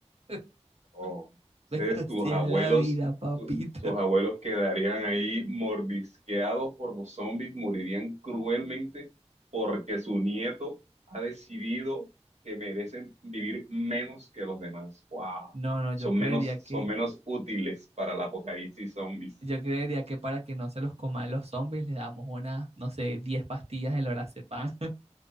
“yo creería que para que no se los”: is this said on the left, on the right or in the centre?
Right